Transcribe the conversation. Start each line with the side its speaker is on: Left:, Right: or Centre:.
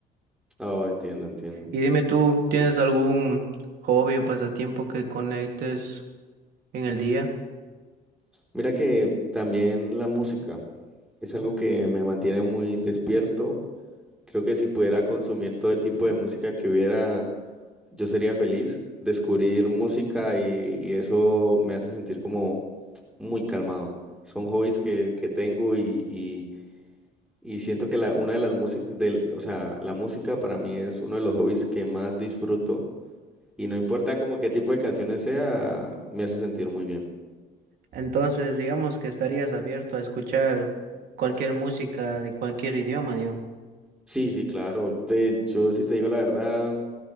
Centre: Oh, entiendo, entiendo.
Right: Y dime tú, ¿tienes algún hobby o pasatiempo que conectes en el día?
Centre: Mira que también la música es algo
Right: Ok.
Centre: que me mantiene muy despierto. Creo que si pudiera consumir todo el tipo de música que hubiera, yo sería feliz. Descubrir música y, y eso me hace sentir como muy calmado. Son hobbies que, que tengo y, y- y siento que la, una de las músicas, o sea, la música para mí es uno de los hobbies que más disfruto. Y no importa como qué tipo de canciones sea, me hace sentir muy bien.
Right: Entonces, digamos que estarías abierto a escuchar cualquier música de cualquier idioma, digamos.
Centre: Sí, sí, claro. Te, yo si te digo la verdad,